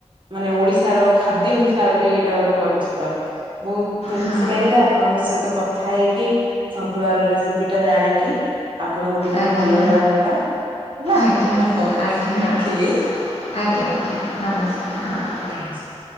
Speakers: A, on the right; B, on the left.
A: ମାନେ ଓଡିଶାର ଖାଦ୍ୟ ହିସାବରେ ଏଇଟା ଗୋଟେ ପରିଚିତ ବହୁତ ବହୁତ
B: ହଁ
A: ଖୁସି ଲାଗିଲା ଆପଣଙ୍କ ସହିତ କଥା ହେଇକି ସନ୍ତୁଳାର ରେସିପି ଟା ଜାଣିକି ଆପଣଙ୍କ ଦିନ
B: ଆଜ୍ଞା
A: ଭଲ ଯାଉ ମ୍ୟାଡାାମ ହେଲା
B: ଆଜ୍ଞା ଆଜ୍ଞା
A: ହଉ
B: ଆଜ୍ଞା
A: ରଖିଲି।
B: ହଁ ଆଜ୍ଞା ଆଜ୍ଞା ନମସ୍କାର ହଁ।
A: <unintelligible>